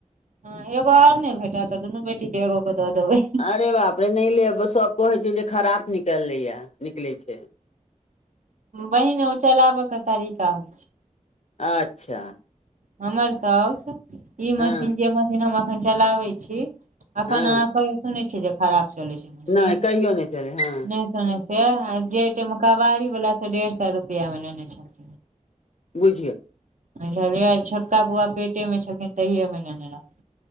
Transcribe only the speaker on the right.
हँ एगो और नै भेटत तऽ दुनू बेटीके एगोके दऽ देबै?
बहिन ओ चलाबऽ के तरीका होइ छै।
हमर साउस ई मशीन
जे मशीन हम अखन चलाबै छी। एखन
आहाँ कहियो सुनै छियै जे खराब चलै छै मशीन
नहि।
छै जेेै टाइम मे कबारी बला से डेढ़ सए रुपआ मे लेने छेल-
बुझलियै छोटका बुआ पेटे मे छेलखिन तहिए मे लेने रहथिन।